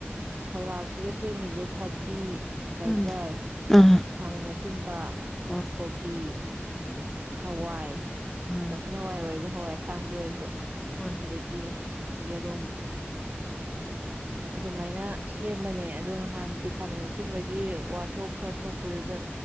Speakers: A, on the right; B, in the centre.
A: ꯁꯂꯥꯗꯁꯤꯗ ꯁꯦꯝꯃꯤꯁꯦ ꯊꯕꯤ ꯒꯖꯔ
B: ꯎꯝ ꯑꯥ
A: ꯈꯥꯃꯦꯟ ꯑꯁꯤꯟꯕ
B: ꯍꯣꯏ
A: ꯀꯣꯕꯤ ꯍꯋꯥꯏ
B: ꯑꯥ
A: ꯆꯝꯐꯨꯗ ꯍꯋꯥꯏ ꯑꯣꯏꯁꯨ ꯍꯋꯥꯏ ꯁꯥꯡꯕꯤ ꯑꯣꯢꯔꯁꯨ
B: ꯍꯣꯏ
A: ꯑꯗꯒꯤ ꯌꯦꯔꯨꯝ ꯑꯗꯨꯃꯥꯏꯅ ꯁꯦꯝꯕꯅꯦ ꯑꯗꯣ ꯅꯍꯥꯟꯗꯤ ꯈꯥꯃꯦꯟ ꯑꯁꯤꯟꯕꯒꯤ ꯋꯥꯊꯣꯛ ꯈꯔ ꯊꯣꯛꯄꯗꯨꯗ